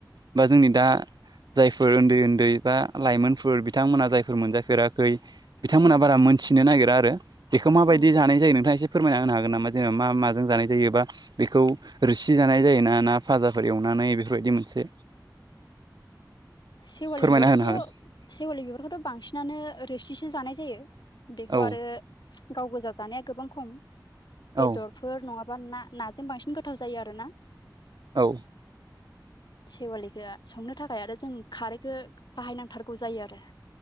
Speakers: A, on the right; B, on the left.
A: बा जोंनि दा जायफोर उन्दै उन्दै बा लाइमोनफोर बिथांमोना जायफोर मोनजाफेराखै गै बिथांमोनहा
B: औ
A: बारा मोनथिनो नागिरा आरो बेखौ माबायदि
B: ओं
A: जानाय जायो नोंथाङा एसे फोरमायना होनांनो हागोन नामा जेनेबा मा माजों जानाय जायोबा बेखौ रोसि जानाय जाय ना ना फाजाफोर एवना ानानै बेफोरबायदि मोनसे
B: सेवालि
A: फोरमायना
B: बिबारखौथ'
A: होनो हागोन
B: सेवालि बिबारखौथ' बांसिनानो रोसिसो जानाय जायो बेखौ
A: औ
B: आरो गाव गोजा जानाया गोबां खम बेदरफोर
A: औ
B: नङाबा ना नाजों बांसिन गोथाव जायो आरोना।
A: औ।
B: सेवालिखौो संनो थाखाय आरो जों खारैखौ बाहायनांथारगौ जायो आरो।